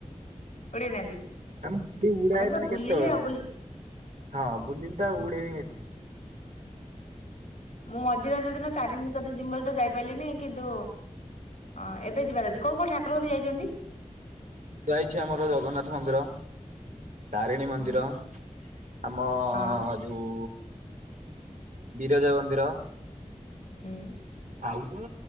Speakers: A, on the left; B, on the right.
A: ଉଡେଇ ନାହାନ୍ତି।
B: ଆମ ଉଡାଏ
A: ଆପଣ ତ
B: ମାନେ
A: ବୁଲିଲେ
B: କେତେବେଳେ
A: ଆଉ ବୁଲି
B: ହଁ ବୁଲି ଉଡେ ନି ଏତେ
A: ମୁଁ ମଝିରେ ଯଦିନ ଚାରିିନ ଜିମି ବୋଲି ତ ଯାଇପାରିଲିନି କିନ୍ତୁ ଅ ଏବେ ଯିବାର ଅଛି କୋଉ କୋଉ ଠାକୁରଙ୍କଠି ଯାଇଛନ୍ତି?
B: ଯାଇଛି ଆମର ଜଗନ୍ନାଥ ମନ୍ଦିର। ତାରିଣୀ ମନ୍ଦିର
A: ହୁଁ
B: ଆମ
A: ହଁ
B: ଯୋଉ ବିରଜା ମନ୍ଦିର।
A: ହୁଁ।
B: ଆଉ ତ